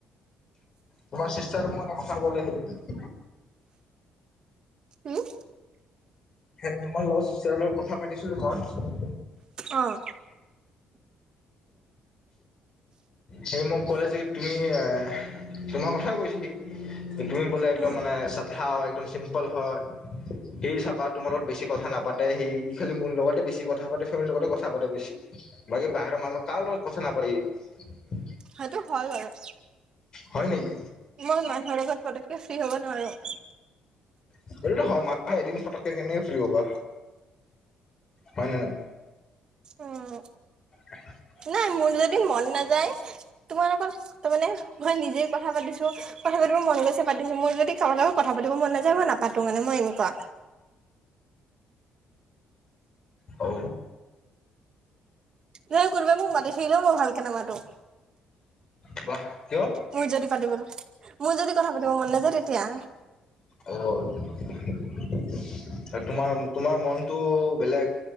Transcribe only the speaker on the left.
তোমাৰ চিষ্টাৰে মোক এটা কথা কলে সেইদিন
সেইদিন তোমাৰ চিষ্টাৰ লগত কথা পাতিছিলো মই।
হি মোক ক'লে যে তুমি এ তোমাৰ কথাই কৈছে হি তুমি বোলে একদম
মানে চাধা হয় একদম চিম্পল হয়। হি চাবা তোমাৰ লগত বেছি কথা নাপাতে সি ই খালি মোৰ লগতে বেছি কথা পাতে ফেমিলিৰ লগতে কথা পাতে বেছি। বাকী বাহিৰৰ মানুহ লগত কাৰো লগত কথা নাপাতে হি
হয় নেকি?
সেইটোতো হয় মানুহে এদিন পটককে কেনেকে ফ্ৰী হ'বা। হয় নে নাই?
<inaudible>
অ।
<inaudible> বাহ কিয়?
অ তোমাৰ, তোমাৰ মনটো বেলেগ।